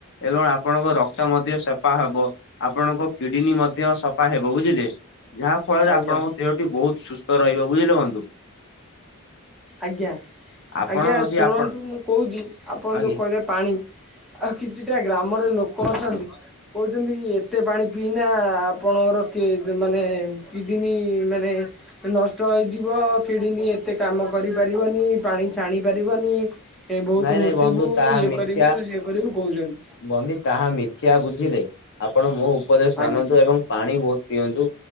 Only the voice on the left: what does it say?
ଏବଂ ଆପଣ ଆପଣଙ୍କ ରକ୍ତ ମଧ୍ୟ ସଫା ହବ ଆପଣଙ୍କ କିଡନୀ ମଧ୍ୟ ସଫା ହେବ ବୁଝିଲେ। ଯାହା ଫଳରେ
ଆପଣଙ୍କ
ଦେହଟି ବୋହୁତ ସୁସ୍ଥ ରହିବ ବୁଝିଲେ ବନ୍ଧୁ।
ଆପଣ
ମଧ୍ୟ
ଆପଣ
ଆଜ୍ଞା
ନାଇଁ
ନାଇଁ ତାହା
ମିଥ୍ୟା।
ବନ୍ଧୁ ତାହା ମିଥ୍ୟା ବୁଝିଲେ, ଆପଣ ମୋ ଉପଦେଶ
ମାନନ୍ତୁ ଏବଂ ପାଣି ବୋହୁତ ପିଅନ୍ତୁ।